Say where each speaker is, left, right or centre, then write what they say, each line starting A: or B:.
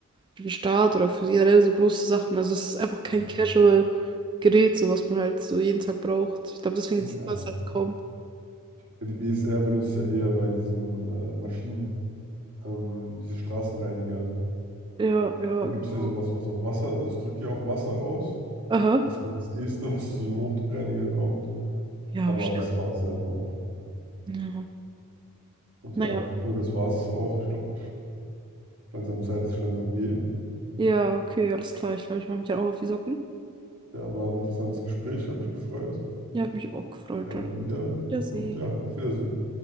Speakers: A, on the right (about 20°); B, on the right (about 75°).
A: für den Staat oder für generell so große Sachen. Also es ist einfach kein
B: ja.
A: Casual-Gerät, so was man halt so jeden Tag braucht. Ich glaube, deswegen
B: Ja,
A: sieht man es halt kaum.
B: Ja, die BSR benutzt ja eher bei diesen äh, Maschinen, ähm, diese Straßenreiniger.
A: Ja, ja,
B: Da gibt
A: genau.
B: es ja sowas, was auf Wasser, also es drückt ja auch Wasser raus.
A: Aha.
B: Das ist das Erste, was zu so einem Hochdruckreiniger kommt.
A: Ja,
B: Aber
A: wahrscheinlich.
B: das war es ja dann auch.
A: Ja.
B: Und
A: Naja.
B: ja, apropos, das war's auch. Ich glaube, langsam Zeit, dass ich langsam gehe.
A: Ja, okay, alles klar. Ich glaube, ich mache mich dann auch auf die Socken.
B: Ja, war ein interessantes Gespräch, hat mich gefreut.
A: Ja, hat mich auch gefreut.
B: Gerne
A: Dann.
B: wieder.
A: Wiedersehen.
B: Und ja, auf Wiedersehen.